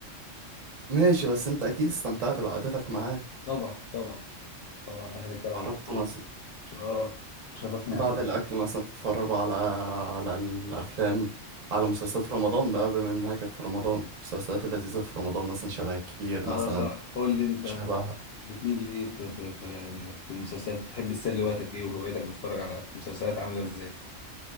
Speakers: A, on the right; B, on the left.
A: ماشي بس انت اكيد استمتعت بقعدتك معاه
B: طبعا طبعا طبعا اهلي كرم
A: خرجتوا
B: مطلوب.
A: مثلا
B: اه شرفني
A: بعد
B: قعدتك
A: الاكل مثلا تتفرجوا على على الافلام على مسلسلات رمضان بقى بما انها كانت في رمضان المسلسلات اللذيذه في رمضان مثلا شبه الكبير
B: اه
A: مثلا
B: صح قول لي انت
A: شبه
B: بتميل لايه في في في في المسلسلات بتحب تسلي وقتك ايه وهوايتك بتتفرج على مسلسلات عامله ازاي